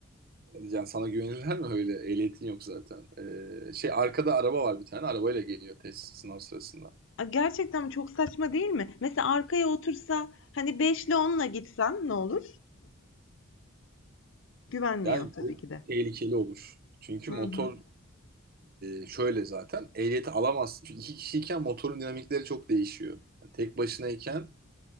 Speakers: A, on the right; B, on the left.
A: <laughs> yani sana güvenirler mi öyle ehliyetin yok zaten Ee, şey arkada araba var bir tane arabayla geliyor test sınav sırasında
B: A, Gerçekten çok saçma değil mi? Mesela arkaya otursa hani 5 ile 10'la gitsen ne olur? Güvenmiyor
A: Yani
B: tabii
A: bu
B: ki de.
A: tehlikeli olur. Çünkü
B: Hı
A: motor
B: hı.
A: e, şöyle zaten ehliyeti alamaz. Çünkü iki kişiyken motorun dinamikleri çok değişiyor. Yani tek başınayken